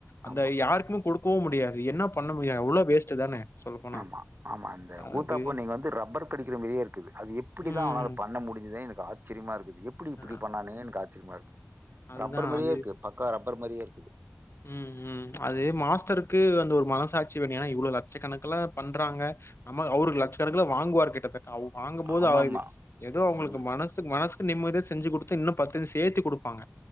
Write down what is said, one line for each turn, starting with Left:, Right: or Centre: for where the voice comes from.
Left: அந்த
Right: ஆமா,
Left: யாருக்குமே குடுக் கோவ் முடியாது அது என்ன பண்ண முடியு அவ்ளோ வேஸ்ட் தானே சொல்லப்போனா
Right: மா ஆமா அந்த ஊத்தாப்போ
Left: அது
Right: நீங்க வந்து ரப்பர் கடிக்கிற மாரியே இருக்குது அது எப்புடிதா
Left: ம்.
Right: அவனால பண்ண முடிஞ்சிதே எனக்கு ஆச் ச்சரியமா இருக்குது எப்புடி இப்புடி
Left: அ
Right: பண்ணானங்கன்னு காத் சிரியமாருக்கு
Left: அதுதான்
Right: ரப்பர் மாரியே
Left: அது.
Right: இருக்கு பக்கா ரப் பர் மாரியே இருக்குது
Left: ம் ம் அது
Right: ம்.
Left: மாஸ்டருக்கு அந்த ஒரு மனசாட் ச்சி வேனு ஏனா இவ்ளோ லட்சக்கணக்குல பண்றாங்க அம்மா அவுரு லட்சக்கணக்குல வாங்குவார் கிட்டத்தட் ட்வ் வாங்கும் போது
Right: ஆமாமா.
Left: அவருக்கு ஏதோ அவங்களுக்கு
Right: ம்.
Left: மனசுக்கு மனசு ம் நிம்மதியா செஞ்சி குடுத்து இன்னு பத்து சேத்தி குடுப் பாங்க